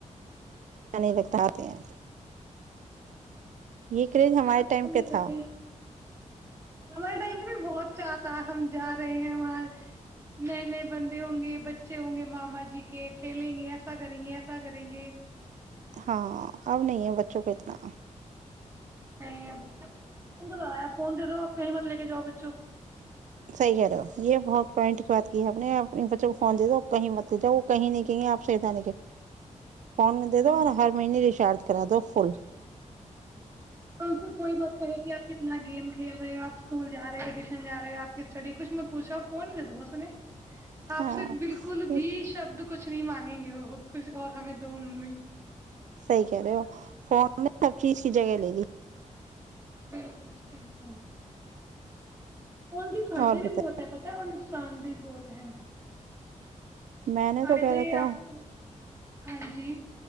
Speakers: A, on the right; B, on the right.
A: نہیں لگتا آتے ہیں یہ کریز ہمارے
B: ا پسند
A: ٹائم پہ
B: نہیں کرتی
A: تھا
B: ہمارے ٹائم پ میں بہت چاہتا ہم جا رہے ہیں وہاں نئے نئے بندے ہوں گے بچے ہوں گے ماما جی کے کھیلیں گے ایسا کریں گے ایسا کریں گے
A: ہاں اب نہیں ہے بچوں کو اتنا
B: نہیں ف فون ج آپ مطلب کہ جؤ
A: سی کر رہو یہ بہت پوائنٹ کی بات کی ہے آپ نے اپنے بچوں کو فون دے دو کہیں مت دےجؤ وہ کہیں نہیں کہ آپ سےتا نہیں کے فن
B: ہاں
A: د تھا
B: جی
A: ہر مہینے ریچارج کرر دو فول
B: ان سے کوئی بات کہی تھی آپ کتنا گیم کھیل رہے ہو آپ اسکول جا رہے ہو جا رہے ہوپ کی اسٹڈی کو قسمت پوچا فون د دو بس نے <inaudible> آپ
A: ہاں
B: سے بالکل
A: یہ
B: بھی شبد کچھ ک نہیں مانگیں گے وہ کچھ اور ہمیں دو ممی
A: صحیح کہہ رہے ہو فون نے سر چیز کی جگہ لے لی
B: بالکل جی بالکل ان کے فائد
A: اور
B: بھی
A: بت
B: بہت ہے پت ہے اور نقصان بھی بہت ہے
A: میں نے
B: فائدے
A: تو کہہ رکھا
B: آپ کو ہاں جی